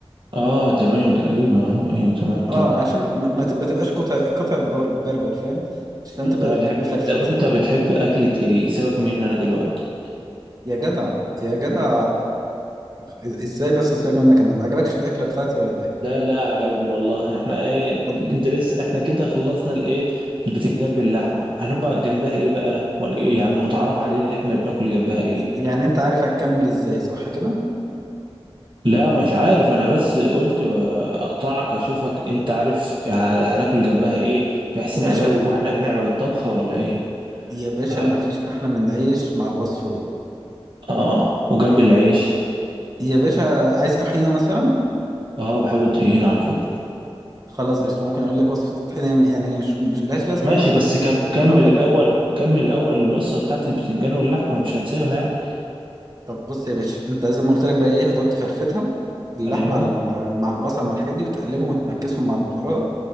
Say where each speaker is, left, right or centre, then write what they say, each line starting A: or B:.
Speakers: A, on the right (about 55°); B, on the right (about 40°).
A: اه تمام تقريبا آه، ايوه تمام تمام
B: اه عشان ما, ما ت- ما تبقاش قطع قطع بر- برجر فاهم عشان
A: طب انت
B: تبقى
A: بتحب
B: م- مفرفته
A: طب انت بتحب اكلة ايه سيبك مني انا دلوقتي
B: يا جدع يا جدع إز- ازاي بس سيبك منك انت ما عجبكش الاكله بتاعتي ولا ايه
A: لا لا عجبني والله احنا ايه
B: طب
A: انت لسه احنا كده خلصنا الايه البتنجان باللحمة هنبقى جنبها ايه بقى ولا إيه؟ يعني متعارف عليه اللي احنا بناكل جنبها ايه
B: ي- يعني انت عارف هتكمل ازاي صح كده
A: لا مش عارف انا بس قلت اقطعك اشوفك انت عارف هناكل جنبها ايه بحيث
B: يا
A: نعمله
B: باشا بال...
A: واحنا بنعمل الطبخة ولا ايه
B: يا باشا
A: طيب.
B: ما فيش احلى من العيش مع الوصفه دي
A: اه وجنب العيش
B: يا باشا عايز طحينه مثلا
A: اه بحب الطحينة على فكرة
B: خلاص قشطه ممكن اقول لك وصفه الطحينه يعني مش مش لهاش
A: طب
B: لازمه
A: ماشي
B: قوي
A: بس
B: بس
A: كم...
B: قشطه
A: كمل
B: انا هقول
A: الأول
B: لك عليها
A: كمل الأول الوصفة بتاعت البتنجان واللحمة مش هنسيبها يعني
B: طب بص يا باشا انت زي ما قلت لك بقى ايه هتقعد تفرفتها اللحمه
A: أيوة
B: على ال- مع البصل مع الحاجات دي وتقلبهم وتمكسهم مع البهارات